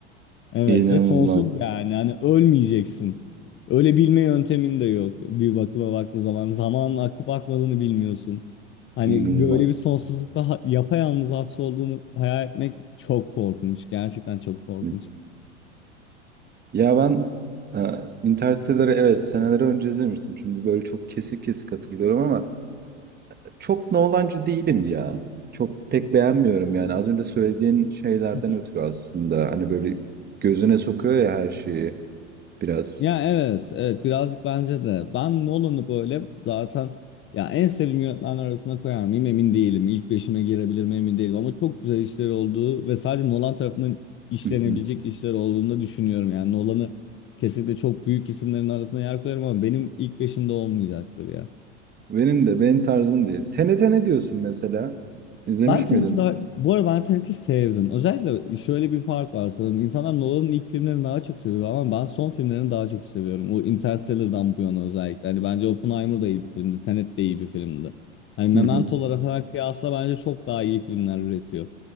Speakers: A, on the left; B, on the right.
A: Evet
B: İnanılmaz.
A: ve sonsuz yani hani ölmeyeceksin. Öyle bilme yöntemin de yok bir bakıma baktığı zaman. Zamanın akıp akmadığını bilmiyorsun. Hani
B: İnanılmaz.
A: böyle bir sonsuzlukta ha- yapayalnız hapsolduğunu hayal etmek çok korkunç. Gerçekten çok korkunç.
B: Hı. Ya ben e, Interstellar'ı evet
A: Hı hı.
B: seneler önce izlemiştim. Şimdi böyle çok kesik kesik hatırlıyorum ama çok Nolan'cı değilim ya. Çok pek beğenmiyorum yani. Az önce söylediğin şeylerden
A: <laughs>
B: ötürü aslında. Hani böyle gözüne sokuyor ya her şeyi biraz.
A: Ya evet, evet birazcık bence de. Ben Nolan'ı böyle zaten ya en sevdiğim yönetmenler arasına koyar mıyım emin değilim. İlk beşime girebilir mi emin değilim ama çok güzel işleri olduğu ve sadece Nolan tarafından işlenebilecek
B: <laughs>
A: işler olduğunu da düşünüyorum. Yani Nolan'ı kesinlikle çok büyük isimlerin arasına yer koyarım ama benim ilk beşimde olmayacaktır ya.
B: Benim de benim tarzım değil. TNT ne diyorsun mesela? İzlemiş
A: Ben Tenet'i
B: miydin?
A: daha, bu arada ben Tenet'i sevdim. Özellikle şöyle bir fark var sanırım. İnsanlar Nolan'ın ilk filmlerini daha çok seviyor ama ben son filmlerini daha çok seviyorum. O Interstellar'dan bu yana özellikle. Hani bence Oppenheimer da iyi bir filmdi. Tenet de iyi bir filmdi. Hani Memento'lara
B: Hı hı.
A: falan kıyasla bence çok daha iyi filmler üretiyor.